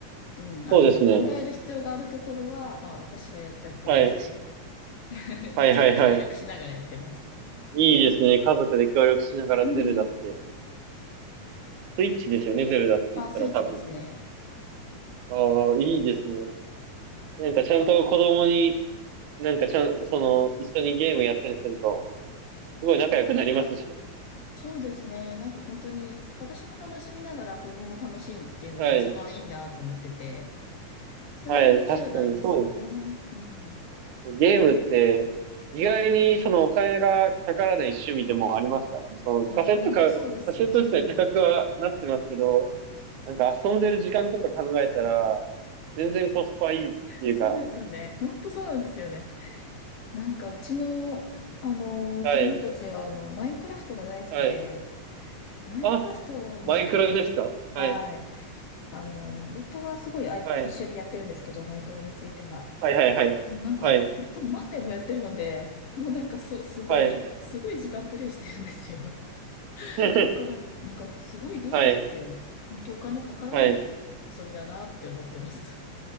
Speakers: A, on the left; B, on the right.
A: うん、あの、
B: そうですね。
A: 考える必要があるところは、まあ私がやったりとかして、
B: はい。
A: <laughs>
B: はいはいはい。
A: ちょっと協力しながらやってます。
B: いいですね。家族で協力しながらゼルダって。
A: <laughs>
B: スイッチですよね、ゼルダって言ったら多分。
A: あ、スイッチですね。
B: ああ、いいですね。なんかちゃんと子供になんかちゃん、その、一緒にゲームやったりすると、すごい仲良くなりますしね。
A: そうですね。なんか本当に、私も楽しみながら子供も楽しいっていうのが一番いいなと思ってて、
B: はい。
A: それができるのはいいですよね。
B: はい。確かにそうです。
A: うん。
B: ゲームって、意外にそのお金がかからない趣味でもありますからね。そのカセット買う、
A: いや、本当そうです。
B: カセット自体高くはなってますけど、
A: うん。
B: なんか遊んでる時間とか考えたら、全然コスパいいっていうか、
A: そうですよね。本当そうなんですよね。なんかうちの、あの、
B: はい、
A: 子供たちは、あの、マインクラフトが大好きで、
B: はい。
A: マインクラフトはもう、
B: あ、マイクロですかはい、
A: はい。あの、夫がすごいあい一緒にやってるんですけど、
B: はい、
A: マイクラについては。
B: はい、はい、はい、
A: もうなんか、
B: はい、
A: 多分何年もやってるので、もうなんかす、すごい、
B: はい、
A: すごい時間プレイしてるんですよ。<laughs>
B: <laughs>
A: だから、なんかすごいゲームって、
B: はい、
A: 本当お金かからない
B: はい。
A: 遊びだなって思ってます。